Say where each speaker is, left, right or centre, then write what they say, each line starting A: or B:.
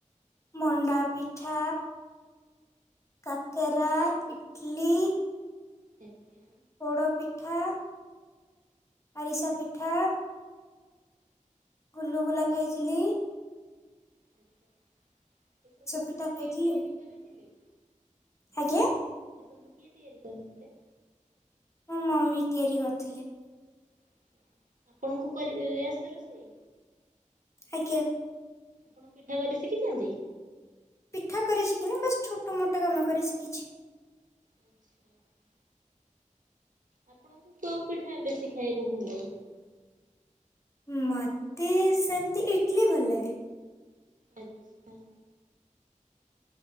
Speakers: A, on the left (about 20°); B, on the right (about 80°).
A: ମଣ୍ଡା ପିଠା, କାକେରା, ଇଟିଲି।
B: ଆଜ୍ଞା।
A: ପୋଡ଼ପିଠା। ଆରିସା ପିଠା। ଗୁଲୁଗୁଲା ଖାଇଥିଲି।
B: ଆଚ୍ଛା ଏସବୁ
A: ପିଠା ଖାଇଥିଲି
B: କି ତିଆରି କରିଥିଲେ?
A: ଆଜ୍ଞା?
B: ଏ ସବୁ କିଏ ତିଆରି କରିଥିଲେ?
A: ମୋ ମମି ତିଆରି କରିଥିଲେ।
B: ଆଚ୍ଛା, ଆପଣଙ୍କୁ କରି ଆସେ ରୋଷେଇ?
A: ଆଜ୍ଞା
B: ଆପଣ ପିଠା କରି ଶିଖିଛନ୍ତି?
A: ପିଠା କରି ଶିଖିନି ବାସ୍ ଛୋଟ ମୋଟ କାମ କରି ଶିଖିଛି।
B: ଆଚ୍ଛା ଆପଣଙ୍କୁ କୋଉ ପିଠା ବେଶୀ ଖାଇବାକୁ ଭଲ ଲାଗେ?
A: ମତେ ସେମିତି ଇଟଲିି ଭଲ ଲାଗେ।
B: ଆଚ୍ଛା।